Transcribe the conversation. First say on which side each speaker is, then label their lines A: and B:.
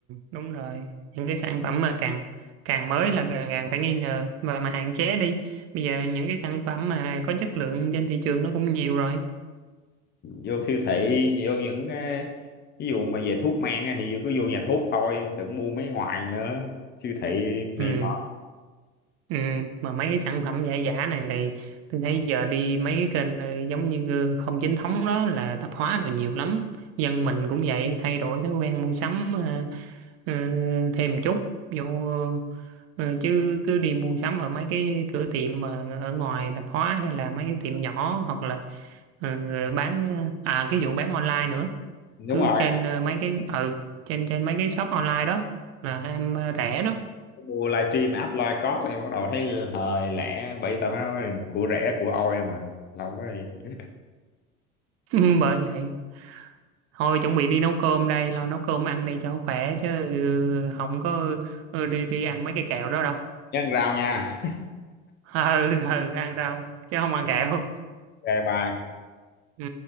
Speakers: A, on the right; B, on the left.
A: đúng rồi. Những cái sản phẩm mà càng càng mới là càng, càng phải nghi ngờ và mà hạn chế đi. Bây giờ những cái sản phẩm mà có chất lượng trên thị trường nó cũng nhiều rồi.
B: vô siêu thị vô những cái ví dụ mà về thuốc men á thì cứ vô nhà thuốc thôi đừng mua mấy ngoài nữa siêu thị này
A: Ừ,
B: nọ
A: ừ. Mà mấy cái sản phẩm giả giả này này tôi thấy giờ đi mấy cái kênh ờ, giống như ờ, không chính thống đó là tạp hóa rồi nhiều lắm. Dân mình cũng vậy, thay đổi thói quen mua sắm ờ, Ờ, thêm một chút vô ờ, chứ cứ đi mua sắm ở mấy cái cửa tiệm mà ở ngoài tạp hóa hay là mấy cái tiệm nhỏ hoặc là ờ, bán ờ, à cái vụ bán online nữa
B: đúng
A: cứ
B: rồi
A: trên ờ, mấy cái ừ trên trên mấy cái shop online đó là ham ờ, rẻ đó
B: mua livestream app live code thì bắt đầu thấy hời lẻ bởi vì tao mới nói của rẻ là của ôi mà lâu quá gì
A: <laughs> bởi vậy thôi chuẩn bị đi nấu cơm đây lo nấu cơm ăn đi cho khỏe chứ ừ, không có ừ, đi đi ăn mấy cái kẹo đó đâu
B: nhân rau nha
A: <laughs> ừ, ừ ăn rau chứ không ăn kẹo
B: <laughs> ok bye
A: ừ